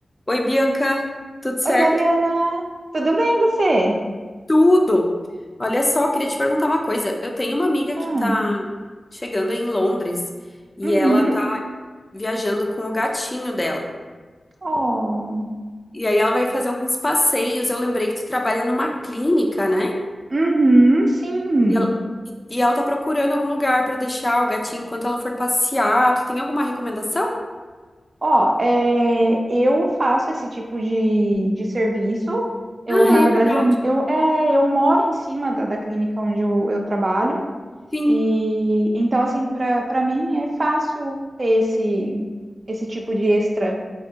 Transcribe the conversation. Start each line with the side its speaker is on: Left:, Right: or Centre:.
Left: Oi, Bianca, tudo certo?
Right: Oi, Mariana, tudo bem você?
Left: Tudo! Olha só, queria te perguntar uma coisa. Eu tenho uma amiga
Right: Ah,
Left: que tá chegando aí em Londres e
Right: uhum,
Left: ela tá viajando com o gatinho dela.
Right: Oh.
Left: E aí ela vai fazer alguns passeios. Eu lembrei que tu trabalha numa clínica, né?
Right: uhum, sim.
Left: E ela, e- e ela tá procurando algum lugar pra deixar o gatinho enquanto ela for passear. Tu tem alguma recomendação?
Right: Ó, é, eu faço esse tipo de, de serviço. Eu,
Left: Ah,
Right: na verdade,
Left: é verdade.
Right: eu, eu, é, eu moro em cima da, da clínica onde eu, eu trabalho.
Left: Sim,
Right: E então, assim, para para mim é fácil ter esse, esse tipo de extra.